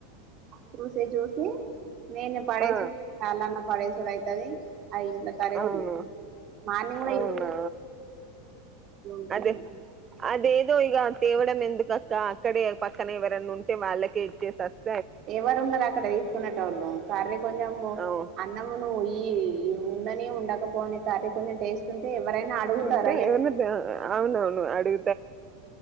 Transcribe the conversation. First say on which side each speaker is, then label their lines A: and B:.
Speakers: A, on the right; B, on the right.
A: చూసి చూసి నేను పడేసడు
B: ఆ
A: చాలాన్నా పడేసడు అవుతది ఆ ఇంట్లో కర్రీ
B: అవును
A: మార్నింగ్ కూడా
B: అవునా
A: ఇంట్లో ఇవి
B: అదే
A: ఉంటే
B: అదేదో ఈ తేవడం ఎందుకు అక్క అక్కడే పక్కన ఎవరనా ఉంటే వాళ్ళకే ఇచ్చేసిస్త
A: ఎవరు ఉన్నారు అక్కడ తీసుకునేటోలు కరీ కొంచెం
B: అవు
A: అన్నము నువ ఈ ఉండని ఉండకపోని కర్రీ కొంచెం టేస్ట్ ఉంటే ఎవరైనా అడుగుతారా
B: ఉంటే
A: అయ్య
B: ఏమన్నా అవునవును అడిగు